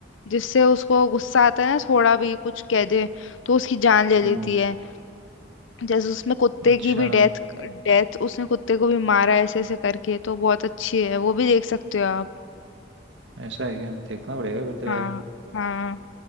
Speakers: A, on the left; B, on the right.
A: जिससे उसको गुस्सा आता है ना थोड़ा भी कुछ कह दे तो उसकी जान ले लेती
B: हम्म
A: है जैसे उसमें कुत्ते
B: अच्छा
A: की भी डेथ डेथ उसने कुत्ते को भी मारा ऐसे ऐसे करके तो बहुत अच्छी है वो भी देख सकते हो आप
B: ऐसा है क्या देखना पड़ेगा फिर तो
A: हाँ
B: यार
A: हाँ